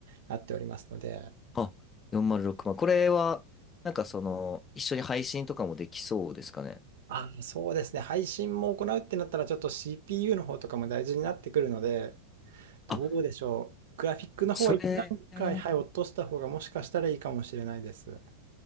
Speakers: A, on the right; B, on the left.
A: なっておりますので、
B: あ、406万。これは、なんかその、一緒に配信とかもできそうですかね。
A: あ、そうですね。配信も行うってなったら、ちょっと CPU の方とかも大事になってくるので、どうでしょう。
B: あ、
A: グラフィックの方は一段階、
B: それ、
A: はい、落とした方がもしかしたらいいかもしれないです。